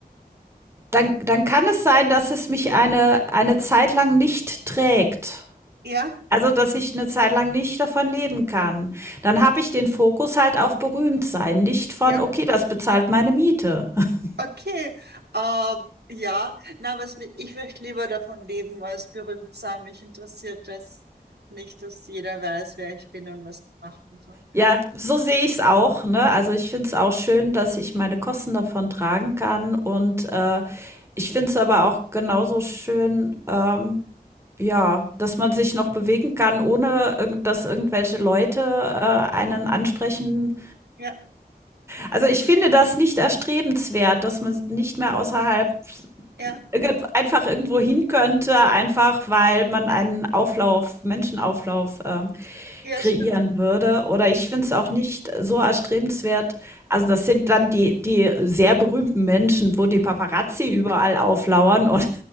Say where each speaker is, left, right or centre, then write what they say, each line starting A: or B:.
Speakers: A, on the right; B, on the right.
A: dann, dann kann es sein, dass es mich eine, eine Zeit lang nicht trägt.
B: Ja,
A: Also, dass ich eine Zeit lang nicht davon leben kann. Dann habe ich den Fokus halt auf Berühmtsein, nicht von:
B: ja.
A: „Okay, das bezahlt meine Miete.“ <laughs>
B: Okay, ähm, ja, na, was mi- ich möchte lieber davon leben als berühmt sein. Mich interessiert das nicht, dass jeder weiß, wer ich bin und was ich mache und so.
A: Ja, so sehe ich es auch, ne? Also, ich finde es auch schön, dass ich meine Kosten davon tragen kann und, äh, ich finde es aber auch genauso schön, ähm, ja, dass man sich noch bewegen kann, ohne irgend dass irgendwelche Leute, äh, einen ansprechen.
B: Ja,
A: Also, ich finde das nicht erstrebenswert, dass man nicht mehr außerhalb
B: ja,
A: irgend einfach irgendwo hin könnte, einfach weil man einen Auflauf, Menschenauflauf ähm,
B: Ja,
A: kreieren
B: stimmt.
A: würde. Oder ich finde es auch nicht so erstrebenswert. Also das sind dann die, die sehr berühmten Menschen, wo die Paparazzi überall auflauern. Und